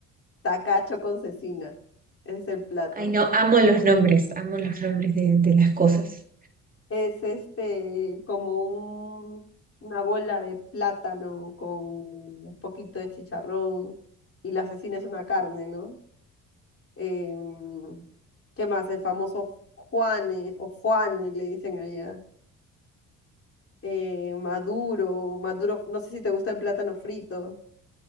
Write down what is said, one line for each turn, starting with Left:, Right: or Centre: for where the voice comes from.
Left: tacacho con cecina es el plato.
Right: Ay, no, amo los nombres, amo los nombres de, de las cosas.
Left: Es este como un- una bola de plátano con un poquito de chicharrón y la cecina es una carne, ¿no? Em, ¿qué más? El famoso Juane o Juane le dicen allá eh, maduro, maduro, no sé si te gusta el plátano frito.